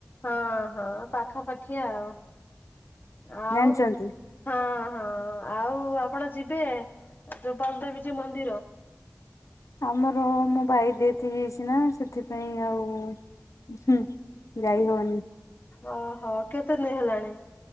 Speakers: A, on the left; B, on the left.
A: ହଁ ହଁ ପାଖାପାଖି ଆଉ। ଆଉ
B: ଜାଣିଛନ୍ତି।
A: ହଁ ହଁ। ଆଉ ଆପଣ ଯିବେ ଯୋଉ ବଲଦେବୀଜୀ ମନ୍ଦିର?
B: ଆମର ମୋ ଭାଇ ଡେ ସିରିଏସ ନା ସେଥିପାଇଁ ଆଉ ହୁଁ ଯାଇ ହବନି।
A: ଓହୋ କେତେ ଦିନ ହେଲାଣି?